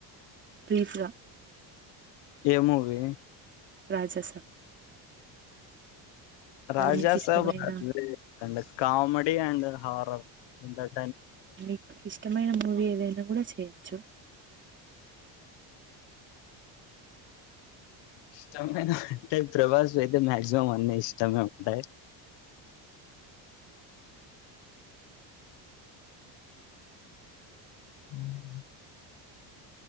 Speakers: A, on the right; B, on the left.
A: బ్రీఫ్ గా
B: ఏ మూవి
A: రాజాసాబ్
B: రాజా
A: ఆర్ మీకిష్టమైన
B: సాబ్ అది <inaudible> అండ్ కామెడి అండ్ హ ఆహ్ ఉంటాయ్
A: మీకు ఇష్టమైన మూవీ ఏదైన్ నువ్వు కూడా చేయొచ్చు.
B: ఇష్టమైనవంటే ప్రభాస్వి అయితే మాక్సిమం మం అన్ని ఇష్టమే ఉంటాయ్. ఉమ్